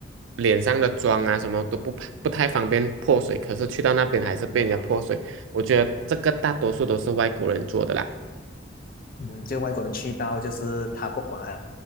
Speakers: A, on the right (about 75°); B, on the left (about 50°).
A: 脸上的妆啊什么都不不太方便泼水，可是去到那边还是被人家泼水，我觉得这个大多数都是外国人做的啦。
B: 嗯，就外国人去到就是他不管啊